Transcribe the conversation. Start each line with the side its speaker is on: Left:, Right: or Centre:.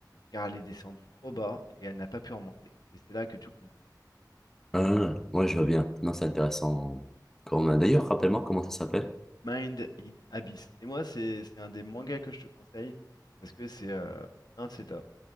Left: car elle est descendue trop bas et elle n'a pas pu remonter. Et c'est là que tout commence.
Centre: Ah, ouais, je vois bien. Non, c'est intéressant. Comme... euh, D'ailleurs, rappelle-moi comment ça s'appelle.
Left: Mind in Abyss. Et moi, c'est c'est un des mangas que je te conseille parce que c'est euh, non, c'est top.